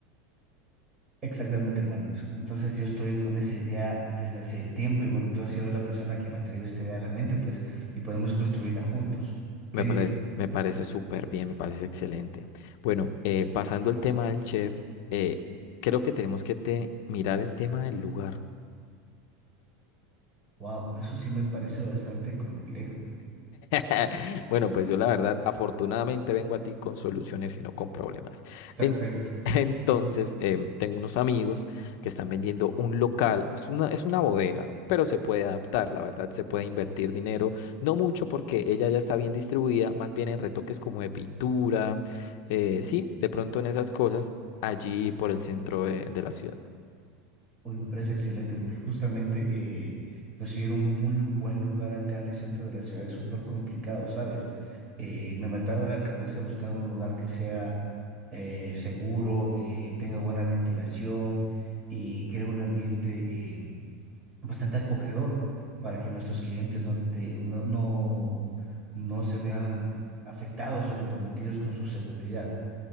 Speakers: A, on the right (about 20°); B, on the left (about 55°).
A: Exactamente, hermano. So- Entonces yo estoy con esa idea desde hace tiempo y bueno, tú has sido la persona que me ha traído esta idea a la mente, pues, y podemos construirla juntos. ¿Qué
B: Me
A: dices?
B: parece, me parece súper bien, me parece excelente. Bueno, eh, pasando el tema del chef, eh, creo que tenemos que te- mirar el tema del lugar.
A: Wow, eso sí me parece bastante complejo.
B: <laughs> Bueno, pues yo la verdad, afortunadamente vengo a ti con soluciones y no con problemas.
A: Perfecto.
B: En- <laughs> entonces, em, tengo unos amigos que están vendiendo un local, es una, es una bodega, pero se puede adaptar, la verdad, se puede invertir dinero, no mucho porque ella ya está bien distribuida, más bien en retoques como de pintura, eh, sí, de pronto en esas cosas, allí por el centro de de la ciudad.
A: Uy, me parece excelente porque justamente eh, conseguir un, un lu- buen lugar acá en el centro de la ciudad es súper complicado, ¿sabes? Eh, me mataba la cabeza buscando un lugar que sea eh, seguro, eh, tenga buena ventilación y crea un ambiente... eh, bastante acogedor para que nuestros clientes no, te- no, no, no se vean afectados o comprometidos con su seguridad.